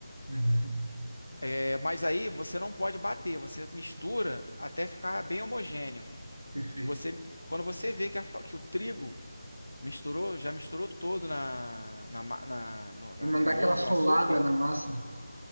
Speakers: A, on the right (about 75°); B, on the left (about 75°).
A: Uhum.
B: É, mas aí você não pode bater, você mistura até ficar bem homogêneo.
A: Perfeito.
B: Que você, quando você vê que, a fa- que o trigo misturou, já misturou todo na, na, ma- na- no,
A: Pra
B: na-
A: não
B: no
A: dar
B: ovo
A: aquela solada
B: e o açúcar,
A: na massa.